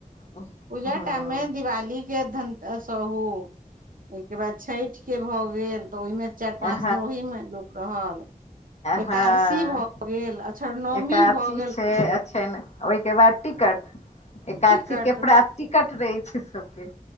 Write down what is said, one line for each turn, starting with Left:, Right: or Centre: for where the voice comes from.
Left: हँ
Right: पूजा
Left: हँ
Right: टाइम मे दिवालीक केय धन सँ उ ओहिके बाद छठिके भऽ गेल तऽ ओहिमे चारि पाँच
Left: हँ
Right: दिन ओहिमे लोक रहल एकादशी
Left: हँ
Right: भऽ भऽ गेल अक्षर नवमी
Left: एकादशी
Right: भऽ गेल
Left: छै आछैन ओहिकेँ बाद टिकट एकादशी
Right: टिकट
Left: के प्रात टिकट रहे छै सबके